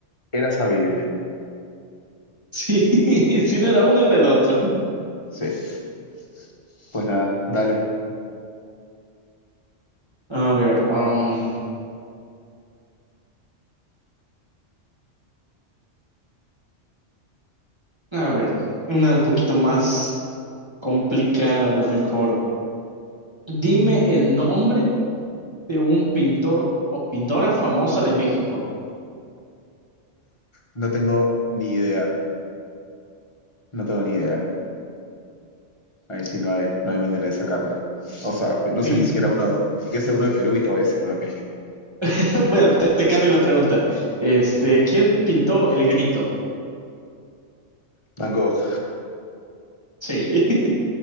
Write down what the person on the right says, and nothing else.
Sí, <laughs> si no era uno, era el otro.
A ver, am, a ver, una un poquito más complicada a lo mejor. Dime el nombre de un pintor o pintora famosa de México.
En-
<laughs> Bueno, te, te cambio la pregunta. Este, ¿quién pintó El Grito?
Sí.